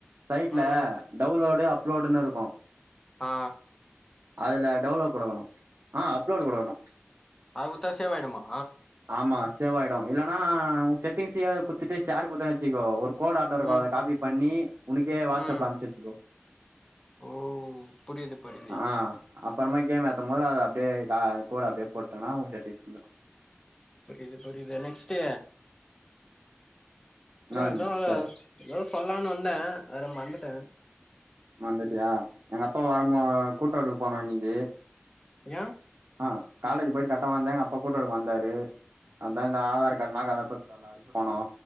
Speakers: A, on the right; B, on the left.
A: சைட்லே
B: ம்
A: டவுன்லோடு அப்லோடுனு இருக்கூ
B: ஆ
A: அதுல டவுன்லோ குடுக்கணு ஆ அப்லோடு குடுக்கணு
B: அது குத்தா சேவாயிடுமா
A: ஆமா சேவ் ஆய்டு இல்லனா ஓ செட்டிங்ஸயே குடுத்துட்டு ஷேர் குடுத்தனு வச்சிக்கோ ஒரு கோடாட்டோருக்கு
B: ம்
A: அத காப்பி பண்ணீ உனக்கே வாட்ஸ்அப்ல
B: ம்
A: அம்ச்சி வச்சிக்கோ
B: ஓ புரியுது புரியுது
A: ஆ அப்பறமா கேம் ஏத்தும் போது அத அப்டியே க கோட அப்டியே போட்டனா ஓ செட்டிங்ஸ் வந்துரு
B: புரிது புரிது நெக்ஸ்ட்டூ ப்ரோ
A: என்ன
B: எதோ
A: நெக்ஸ்ட்
B: எதோ சொல்லானு வந்த வேற மறந்துட்ட
A: மறந்துட்டியா எங்க அப்பா வரம்போ கூட்டெடுக்க போனோ இன்னைக்கி
B: ஏ
A: ஆ காலேஜி போய்ட்டு கரெக்ட்டா வந்த எங்கப்பா போட்டோ எடுக்க வந்தாரு அதா இந்த ஆதார் கார்டு என்னா கத <unintelligible> போனோ அத சொல்லனு